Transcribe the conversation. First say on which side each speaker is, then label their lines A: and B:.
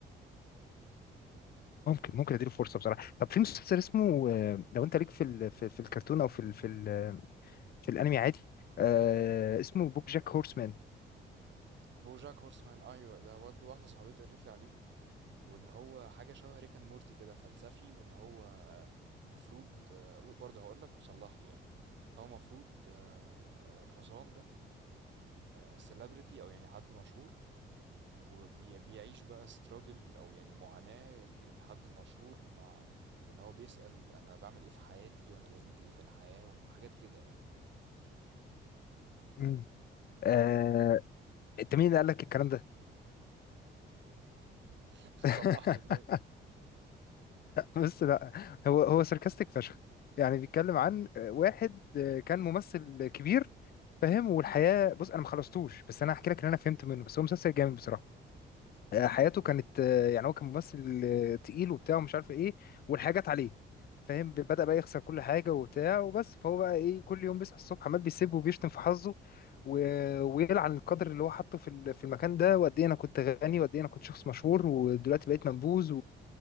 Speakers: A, on the left; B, on the right.
A: ممكن ممكن اديله فرصه بصراحه طب في مسلسل اسمه آه، لو انت ليك في ال في, في الكرتون او في ال في ال في الانمي عادي آه، اسمه بوك جاك هورسمان
B: بوجاك هورسمان ايوه ده برضه واحده صاحبتي قالت لي عليه وان هو حاجه شبه ريكان مورتي كده فلسفي وان هو آه، مفروض آه، برضه هقول لك وصلح لي يعني هو مفروض آه، الحصان ده السليبرتي او يعني حد مشهور وبيعيش بقى استراجل او يعني معاناة الحد المشهور مع وان هو بيسأل انا بعمل ايه في حياتي وانا لازمتي ايه في الحياة وحاجات كده يعني
A: مم. آه، انت مين اللي قال لك الكلام ده؟
B: <laughs> صلح
A: <laughs>
B: لي طيب
A: بس لا هو هو ساركاستيك فشخ يعني بيتكلم عن آه، واحد آه، كان ممثل كبير فاهم والحياه بص انا ما خلصتوش بس انا هحكي لك اللي انا فهمت منه بس هو مسلسل جامد بصراحه حياته كانت يعني هو كان ممثل تقيل وبتاع ومش عارف ايه والحاجات جت عليه فاهم بدأ بقى يخسر كل حاجة وبتاع وبس فهو بقى ايه كل يوم بيصحى الصبح عمال بيسيب وبيشتم في حظه و... ويلعن القدر اللي هو حاطه في ال- في المكان ده وقد ايه انا كنت غني وقد ايه انا كنت شخص مشهور ودلوقتي بقيت منبوذ